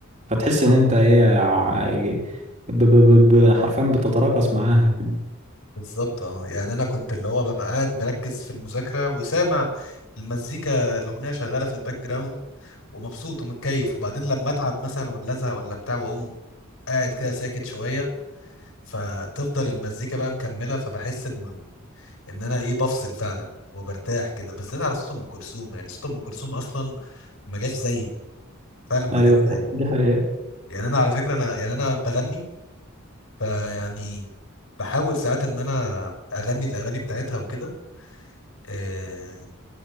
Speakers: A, on the right; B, on the left.
A: فتحس
B: بالظبط
A: ان انت ايه ع- ب- ب- ب- ب- حرفيا بتتراقص معاها كده
B: بالظبط اه يعني انا كنت اللي هو ببقى قاعد مركز في المذاكره وسامع المزيكا الاغنيه شغاله في الباك جراوند ومبسوط ومتكيف وبعدين لما اتعب مثلا ولا ازهق ولا بتاع واقوم قاعد كده ساكت شويه فتفضل المزيكا بقى مكمله فبحس انه ان انا ايه بفصل فعلا وبرتاح كده بالذات على صوت ام كلثوم يعني صوت ام كلثوم اصلا ما جاش زيه فعلا ما
A: ايوه
B: جاش زيه
A: دي دي حقيقة
B: يعني انا على فكره انا يعني انا بغني فيعني بحاول ساعات ان انا اغني الاغاني بتاعتها وكده إيه